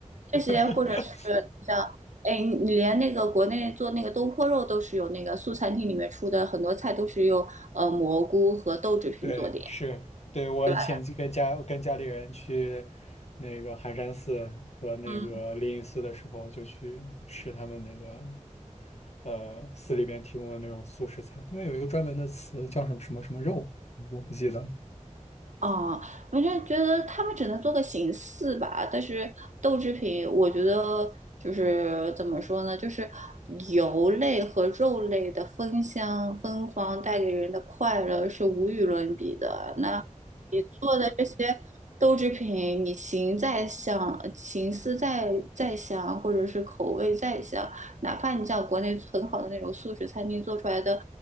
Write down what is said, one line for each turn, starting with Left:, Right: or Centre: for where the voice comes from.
Right: 这些，
Left: <laughs>
Right: 或者是像。哎，你连那个国内做那个东坡肉都是有那个素餐厅里面出的很多菜都是用呃蘑菇和豆制品做的呀，
Left: 对，是，对，我以前就跟家跟家里人去
Right: 对吧？
Left: 那个寒山寺和那个灵隐寺的时候，
Right: 嗯。
Left: 就去吃他们那个呃寺里边提供的那种素食餐，他们有一个专门的词叫什么什么什么肉，我不记得了，
Right: 啊，反正觉得他们只能做个形式吧，但是豆制品，我觉得就是怎么说呢，就是油类和肉类的芬香芬芳带给人的快乐是无与伦比的。你做的这些豆制品，你形再像，形似再再像，或者是口味再像，哪怕你像国内很好的那种素食餐厅做出来的，